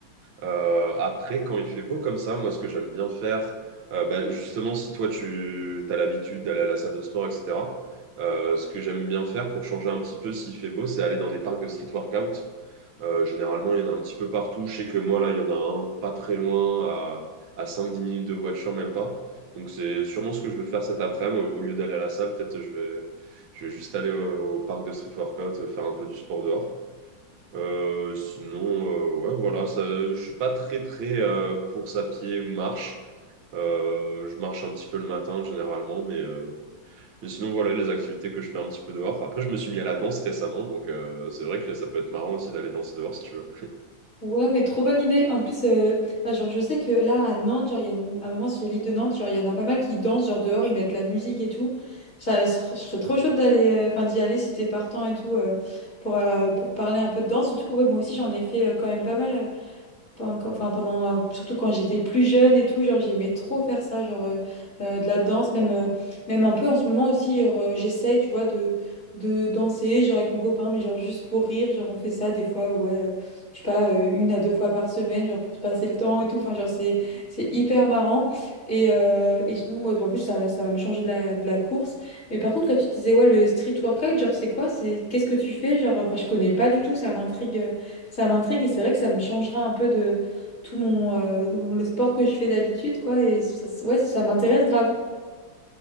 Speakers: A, on the right (about 80°); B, on the left (about 40°).
A: Euh, après quand il fait beau comme ça, moi ce que j'aime bien faire, euh, bah, justement si toi tu as l'habitude d'aller à la salle de sport, etc., euh, ce que j'aime bien faire pour changer un petit peu s'il fait beau, c'est aller dans des parcs de street workout. Euh, généralement, il y en a un petit peu partout. Je sais que moi, là, il y en a un pas très loin, à, à cinq dix minutes de voiture, même pas. Donc, c'est sûrement ce que je vais faire cet après-midi. Au au lieu d'aller à la salle, peut-être je vais, je vais juste aller au, au parc de street workout, euh, faire un peu du sport dehors. Euh, sinon, euh, ouais, voilà, ça, je suis pas très, très euh, course à pied ou marche. Euh, je marche un petit peu le matin généralement, mais, euh, mais sinon voilà les activités que je fais un petit peu dehors. Après, je me suis mis à la danse récemment, donc euh, c'est vrai que ça peut être marrant aussi d'aller danser dehors si tu veux.
B: Ouais, mais trop bonne idée. En plus, euh, enfin, genre, je sais que là, à Nantes, genre, il y a une- un moment sur l'île de Nantes, genre, il y en a pas mal qui dansent, genre, dehors, ils mettent la musique et tout. Ça, je je serais trop chaude d'aller, euh, enfin, d'y aller si t'es partant et tout, euh, pour, euh, pour parler un peu de danse. Surtout que, ouais, moi aussi, j'en ai fait euh, quand même pas mal. euh, Pen- quand- Enfin, pendant, euh, surtout quand j'étais plus jeune et tout, genre j'aimais trop faire ça, genre euh, euh, de la danse, même, euh, même un peu en ce moment aussi, genre euh, j'essaye, tu vois, de, de danser, genre avec mon copain, mais genre juste pour rire, genre on fait ça des fois, ouais, euh, je sais pas, euh, une à deux fois par semaine, genre pour se passer le temps et tout, enfin genre c'est, c'est hyper marrant. Et, euh, et sinon, moi, en plus, ça, ça va me changer de la, de la course. Mais par contre, quand tu disais, ouais, le street workout, genre c'est quoi? C'est, qu'est-ce que tu fais? Genre, enfin, je connais pas du tout, ça m'intrigue. euh, ça m'intrigue et c'est vrai que ça me changera un peu de tout mon euh, le sport que je fais d'habitude, quoi. Et ça, ouais, ça m'intéresse grave.